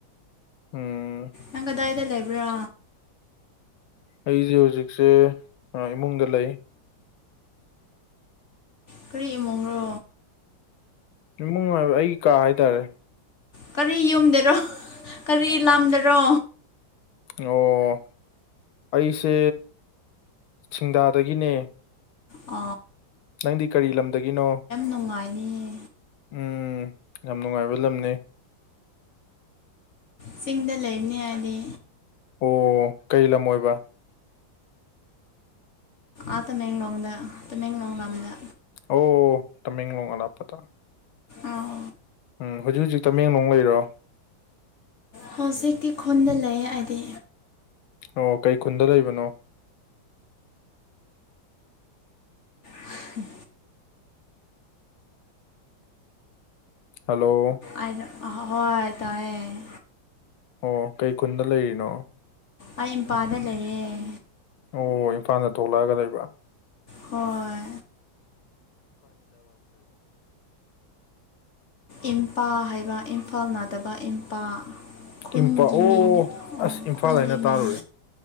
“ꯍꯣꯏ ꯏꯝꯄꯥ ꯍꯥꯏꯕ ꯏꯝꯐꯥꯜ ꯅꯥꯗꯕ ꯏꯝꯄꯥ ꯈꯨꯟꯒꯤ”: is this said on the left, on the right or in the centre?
Left